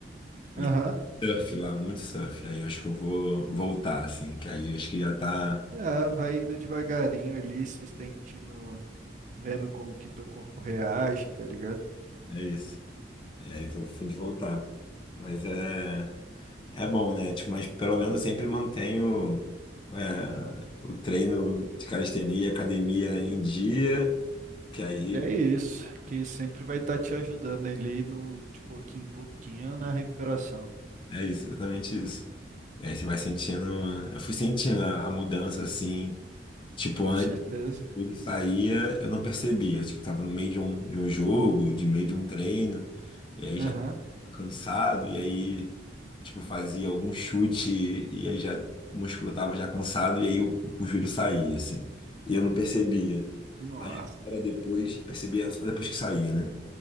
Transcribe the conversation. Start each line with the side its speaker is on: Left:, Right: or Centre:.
Left: E
Right: Aham.
Left: surf lá, muito surf. Aí eu acho que eu vou voltar, assim, que aí eu acho que já tá.
Right: Ah, vai indo devagarinho ali, se sentindo, vendo como que teu corpo reage, tá ligado?
Left: É isso. É aí que eu fui de voltar. Mas é, é bom, né? Tipo, mas pelo menos eu sempre mantenho é, o treino de calistenia, academia em dia, que aí
Right: É isso, que sempre vai estar te ajudando ali no, de pouquinho em pouquinho na recuperação.
Left: é isso, exatamente isso. E aí você vai sentindo. Eu fui sentindo a, a mudança, assim, tipo,
Right: Com
Left: antes.
Right: certeza.
Left: Ele saía, eu não percebia. Tipo, tava no meio de um, de um jogo, de meio de um treino. E aí
Right: Aham.
Left: já cansado, e aí, tipo, fazia algum chute e aí já o músculo tava já cansado, e aí o, o joelho saía, assim. E eu não percebia.
Right: Nossa.
Left: Aí era depois, percebia só depois que saía, né?